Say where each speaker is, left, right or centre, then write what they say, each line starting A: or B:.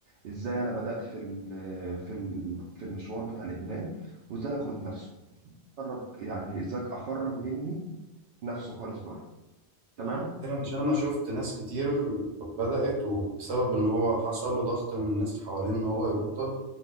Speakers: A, on the right; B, on the right.
A: ازاي انا بدات في ال في ال في المشوار بتاع الادمان وازاي اخرج نفسه اخرج يعني ازاي اخرج مني نفسه خالص بره تمام
B: ايوه عشان انا شفت ناس كتير بدأت وبسبب ان هو حصل له ضغط من الناس اللي حواليه ان هو يبطل